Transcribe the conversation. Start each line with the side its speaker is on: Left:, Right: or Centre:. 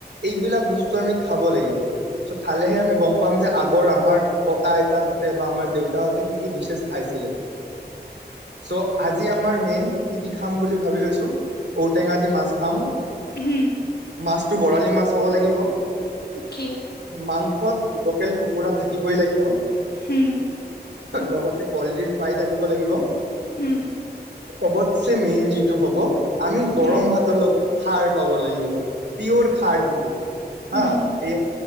Right: এইবিলাক বস্তু আমি খাব লাগিব। চ' খালেহে আমি গম পাম যে আগৰ আমাৰ ককা আইতাহতে বা আমাৰ দেউতাহঁতে কি কি ডিছেছ খাইছিলে। চ' আজি আমাৰ মেইন কি কি খাম বুলি ভাবি লৈছো, ঔটেঙা দি মাছ খাম
Left: হুম
Right: মাছটো বৰালি মাছ হ'ব লাগিব
Left: অকে
Right: মাং সত লোকেল কুকুৰা থাকিবই লাগিব,
Left: হুম
Right: লগতে কলডিল ফ্ৰাই থাকিব লাগিব,
Left: হুম
Right: চবতচে মেইন যিটো হব, আমি
Left: হুম
Right: গৰম ভাতৰ লগত খাৰ খাব লাগিব। পিঅ'ৰ খাৰ যিটো। আ,
Left: উম।
Right: এই